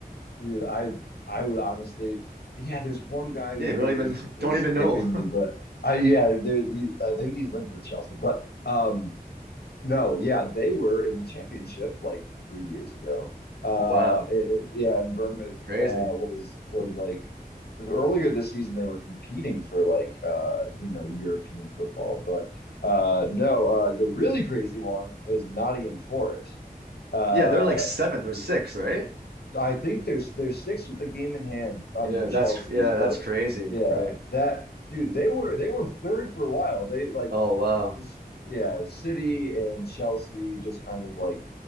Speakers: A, on the left; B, on the right.
A: dude. I I would honestly. Yeah, there's one guy whose
B: Yeah,
A: name
B: we don't even
A: is,
B: <laughs>
A: is
B: don't even
A: escaping
B: know.
A: me,
B: <laughs>
A: but I yeah, there. The, I think he's linked with Chelsea, but um, No, yeah, they were in the championship like three years ago. Uh,
B: Wow,
A: it, it- yeah, and Bournemouth
B: crazy.
A: uh, was was like earlier this season they were competing for like uh, you know European football, but uh, no, uh, the really crazy one is Nottingham Forest. Uh,
B: Yeah, they're in like seventh or
A: is-
B: sixth, right?
A: I think there's there's six with a game in hand under
B: Yeah,
A: Chelsea,
B: that's yeah,
A: or
B: that's crazy,
A: yeah,
B: right?
A: that dude they were they were third for a while. They like
B: Oh wow,
A: yeah, City and Chelsea just kind of like